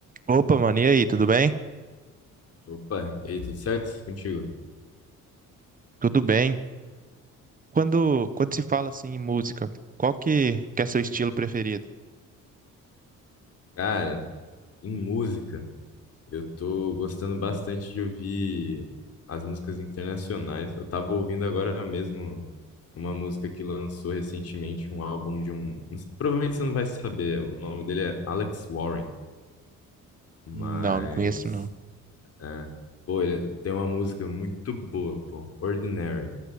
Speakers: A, on the right (about 25°); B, on the left (about 50°).
A: Opa, mano, e aí, tudo bem?
B: Opa, e aí, tudo certo contigo?
A: Tudo bem. Quando, quando se fala assim em música, qual que, que é seu estilo preferido?
B: Cara, em música, eu tô gostando bastante de ouvir as músicas internacionais. Eu tava ouvindo agora mesmo uma música que lançou recentemente, um álbum de um. Provavelmente você não vai saber, o nome dele é Alex Warren, mas.
A: Não, não conheço não.
B: É, pô, ele tem uma música muito boa, pô, Ordinary.